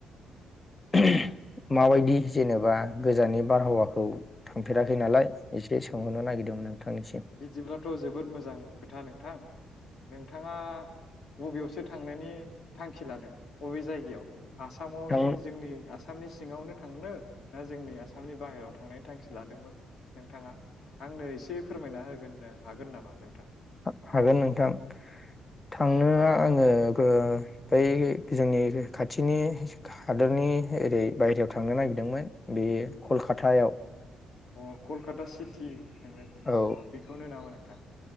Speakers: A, on the left (about 25°); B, on the left (about 60°).
A: <unintelligible> माबायदि जेनेबा गोजाननि बारहावाखौ थांफेराखै नालाय
B: अ
A: इसे सोंहरनो नागिरदोंमोन नोंथांनिसिम
B: बिदिब्लाथ' जोबोद मोजां खोथा नोंथां नोंथाङा बबेयावसो थांनायनि थांखि लादों अबे जायगायाव? आसामावननि
A: थां
B: जोंनि आसाम सामनि सिङावनो थांनो ना जोंनि आसामनि बाहेराव थांनायनि थांखि लादोंमोन नोंथाङा आंनो एसे फोरमायना होगोन <unintelligible> हागोन नामा नोंथां?
A: हा हागोन नोंथां थांनो आङो गो बै जोंनि खाथिनि हादोरनि ओरै बायेरायाव थांनो नागिरदोंमोन बै खलखातायाव
B: अ कलकाता सिटि <unintelligible>
A: औ
B: अ बेखौनो नामा नोंथां